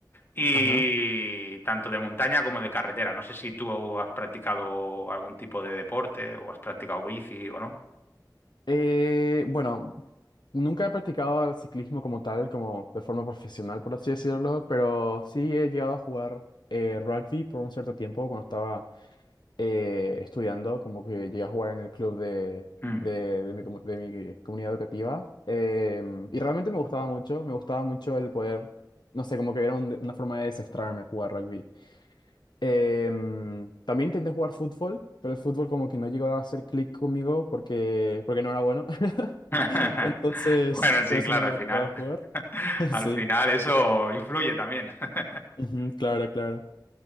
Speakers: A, on the left; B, on the left.
A: y
B: ajá.
A: tanto de montaña como de carretera. No sé si tú has practicado algún tipo de deporte o has practicado bici o no.
B: Eh, bueno, nunca he practicado el ciclismo como tal, como de forma profesional, por así decirlo, pero sí he llegado a jugar eh, rugby por un cierto tiempo cuando estaba eh, estudiando, como que llegué a jugar en el club de,
A: Mm.
B: de, de mi, comu- de mi comunidad educativa. em, y realmente me gustaba mucho, me gustaba mucho el poder, no sé, como que era un- una forma de desestrarme jugar rugby. Em, también intenté jugar fútbol, pero el fútbol como que no llegó a hacer clic conmigo porque, porque no era bueno. <laughs>
A: <laughs>
B: Entonces,
A: Bueno, sí,
B: por eso
A: claro,
B: no me
A: al final,
B: gustaba
A: <laughs>
B: jugar. <laughs>
A: al
B: Sí,
A: final eso influye también. <laughs>
B: Ujú, claro, claro.